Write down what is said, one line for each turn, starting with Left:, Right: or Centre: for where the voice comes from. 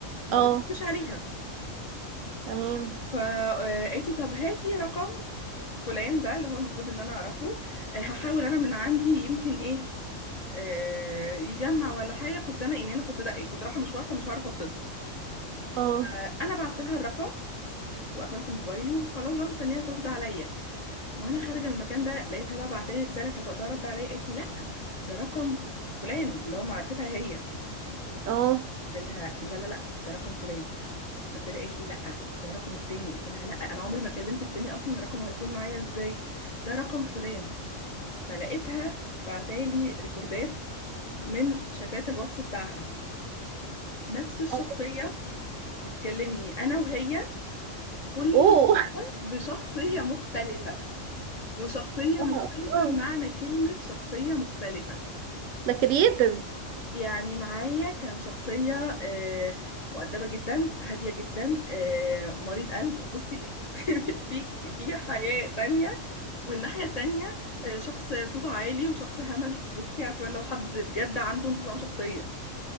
Left: وما
Right: اه
Left: بتردش عليها
Right: تمام
Left: فقالت لي طب هاتي رقم فلان ده اللي هو المفروض ان انا اعرفه آه، هحاول انا من عندي يمكن ايه آه، يجمع ولا حاجه كنت انا يعني انا كنت ده كنت رايحه مشوار فمش عارفه اتصل
Right: اه
Left: فانا بعت لها الرقم وقفلت موبايلي وخلاص بقى مستنيها ترد عليا وانا خارجه من المكان ده لقيتها بقى بعتلي رساله كانت وقتها رد عليا قالت لي لا ده رقم فلان اللي هو معرفتها هي
Right: اه
Left: قلت لها لا لا لا ده رقم فلان قلت لها قالت لي لا ده رقم التاني قلت لها لا انا عمري ما كلمت التاني اصلا رقمه هيكون معايا ازاي ده رقم فلان فلقيتها بعتالي ريكوردات من شتات الواتس بتاعها نفس الشخصيه
Right: اه
Left: بتكلمني انا وهي كل
Right: اوه <laughs>
Left: واحدة بشخصيه مختلفه وشخصيه
Right: آه،
Left: مختلفه
Right: آه.
Left: بمعنى كلمه شخصيه مختلفه
Right: ده كرييتيف
Left: يعني معايا كان شخصية آه، مؤدبة جدا هادية جدا آه، مريض قلب بصي <laughs> في في حياة تانية والناحية التانية آه، شخص صوته عالي وشخص همجي بصي عارفة لو حد بجد عنده انفصام شخصية